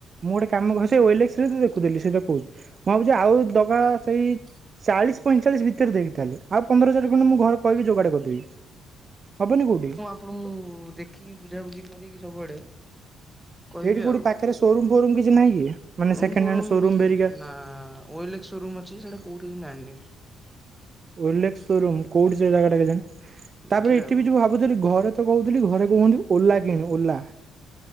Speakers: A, on the right; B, in the centre.
A: ମୁଁ ଗୋଟେ କାମ <unintelligible> ସେ ଓଏଲେକ୍ସରେ ତ ଦେଖୁଥିଲି ସେ ଟା କହୁଚି ମୁଁ ଭାବୁଚି ଆଉ ଦଗା ସେଇ ଚାଳିଶ୍ ପଇଁଚାଳିଶ୍ ଭିତରେ ଦେଖେ ତାହେଲେ ଆଉ ପନ୍ଦର ହଜାର୍ ଖଣ୍ଡେ ମୁଁ ଘରେ କହିବି ଯୋଗାଡ଼ କରିଦେବି। ହବନି କୋଉଠି?
B: <unintelligible> ଦେଖିକି ବୁଝାବୁଝି କରିକି ସବୁଆଡେ କହିବି
A: ଏଇଠି କୋଉଠି
B: ଆଉ
A: ପାଖରେ ସୋରୁମ ଫୋରୁମ କିଛି ନାହିଁ କି ମାନେ
B: ମୋ ରୁମ୍
A: ସେକେଣ୍ଡ
B: ଫୋ
A: ହ୍ୟାଣ୍ଡ
B: ରୁମ୍
A: ସୋରୁମ ହେରିକା?
B: ନା ଓଏଲେକ୍ସ ଶୋ ରୁମ୍ ଅଛି ସେଇଟା କୋଉଠି <unintelligible>
A: ଓଏଲେକ୍ସ ସୋରୁମ୍ କୋଉଠି ସେ ଜାଗା ଟା କେଜାଣି
B: ଦେଖିଲେ
A: ତାପରେ ଏଇଠି
B: ହବ
A: ବି ଯୋଉ ଭା <unintelligible> ଘରେ ତ କହୁଥିଲି ଘରେ କହୁଅନ୍ତି ଓଲା କିଣି ଓଲା।